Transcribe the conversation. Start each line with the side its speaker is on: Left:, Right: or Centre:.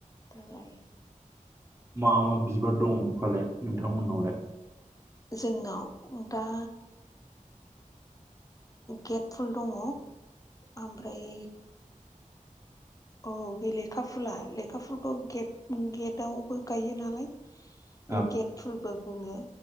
Left: दालाय
Right: मा मा बिबार दं फालाय नोंथांमोननावलाय?
Left: जोंनाव दा गेट फुल दङ ओमफ्राय औ बे लेखा फुला लेखा फुलखौ गेट गेटआवबो गायो नालाय
Right: <inaudible>
Left: गेटफोरबो बुङो